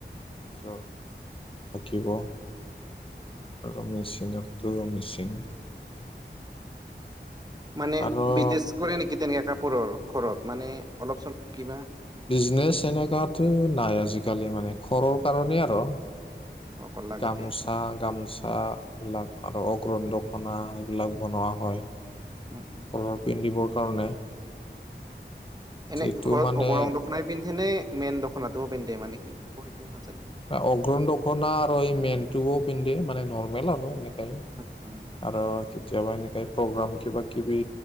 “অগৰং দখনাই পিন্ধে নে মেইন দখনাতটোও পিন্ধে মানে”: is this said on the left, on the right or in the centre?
Right